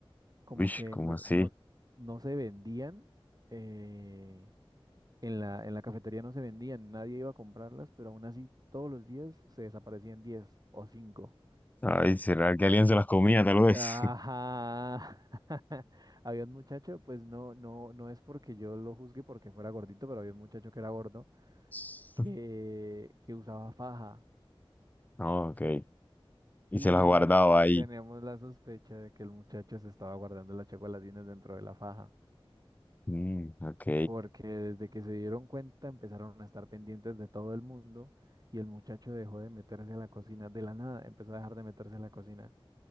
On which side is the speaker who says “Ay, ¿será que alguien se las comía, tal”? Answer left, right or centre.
Left